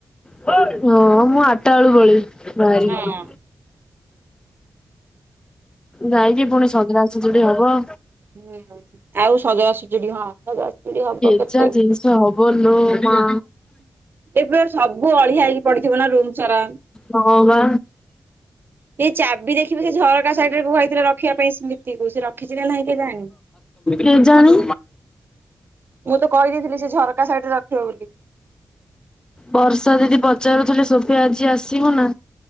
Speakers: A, on the left (about 15°); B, on the right (about 45°).
A: ହଁ ମୁଁ ଆଠଟା ବେଳୁ ପଲେଇବି ବାହାରିକି।
B: ହଁ
A: ଯାଇକି ପୁଣି ସଜଡା଼ ସଜାଡି଼ ହବ।
B: ହୁଁ ଆଉ ସଜଡ଼ା ସଜାଡୁ ହଁ <unintelligible>
A: ଏଜା
B: କେତେ
A: ଜିନିଷ ହବ ଲୋ ମା।
B: ଏବେ ସବୁ ଅଳିଆ ହେଇକି ପଡ଼ିଥିବ ନା ରୁମ୍ ସାରା।
A: ହ ବା।
B: ଏଇ ଚାବି ଦେଖିବୁ ସେ ଝରକା ସାଇଡ଼ି ରେ କୁହା ହେଇଥିଲା ରଖିବା ପାଇଁ ସ୍ମିତିକୁ ସେ ରଖିଛି କି ନାହିଁ କେଜାଣି।
A: କେଜାଣି।
B: ମୁଁ ତ କହିଦେଇଥିଲି ସେ ଝରକା ସାଇଡି଼ ରେ ରଖିବ ବୋଲି।
A: ବର୍ଷା ଦିଦି ପଚାରୁଥିଲେ ସୋଫିଆ ଆଜି ଆସିବ ନା